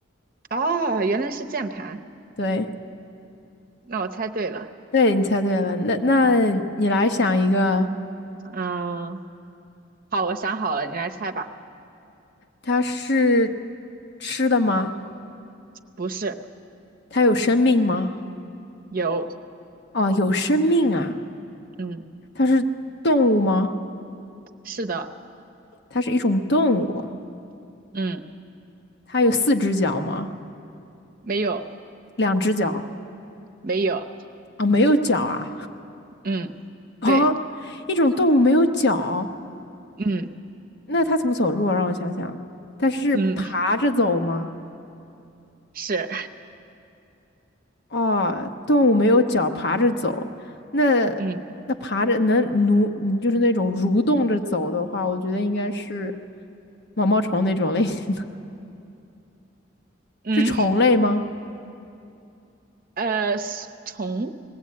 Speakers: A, on the right; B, on the left.
A: 哦，原来是键盘，
B: 对
A: 那我猜对了。
B: 对，你猜对了。那那你来想一个，
A: 嗯，好，我想好了，你来猜吧。
B: 它是吃的吗？
A: 不是，
B: 它有生命吗？
A: 有，
B: 哦，有生命啊。
A: 嗯，
B: 它是动物吗？
A: 是的，
B: 它是一种动物。
A: 嗯，
B: 它有四只脚吗？
A: 没有，
B: 两只脚
A: 没有，
B: 啊，没有脚啊。
A: 嗯，
B: 啊，
A: 对，
B: 一种动物没有脚，
A: 嗯
B: 那它怎么走路啊让我想想，它是爬着走吗？
A: 嗯，是，
B: 哦，动物没有脚，爬着走，那
A: 嗯
B: 那爬着能蠕，嗯就是那种蠕动着走的话，我觉得应该是毛毛虫那种类型的，<laughs>
A: 嗯，
B: 是虫类吗？
A: 呃，虫，